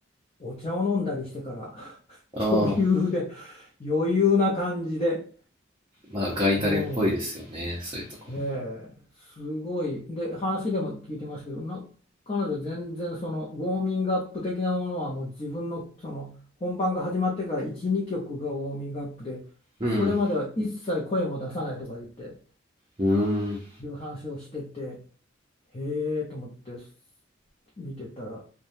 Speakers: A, on the left (about 30°); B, on the right (about 25°).
A: お茶を飲んだりしてから
B: ああ
A: <laughs> 余裕で余裕な感じで、
B: まあガイタレっぽいですよねそういうとこ
A: うん、ええ、すごい。で、話でも聞いてますけど、な、彼女全然そのウォーミングアップ的なものはもう自分のその本番が始まってから1、2曲がウォーミングアップで、
B: うん
A: それまでは一切声も出さないとか言って、
B: うん
A: いう話をしてて、へえと思って見てたら、